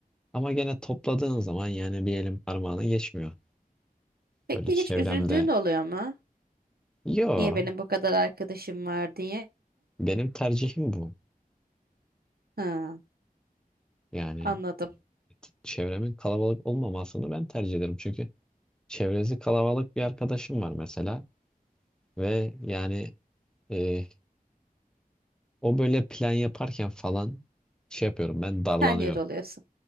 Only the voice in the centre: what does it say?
Ama gene topladığın zaman yani bir elin parmağını geçmiyor.
Böyle çevremde.
Yo,
benim tercihim bu.
Yani
e, çevremin kalabalık olmamasını ben tercih ederim. Çünkü çevresi kalabalık bir arkadaşım var mesela ve yani e, O böyle plan yaparken falan şey yapıyorum ben darlanıyorum.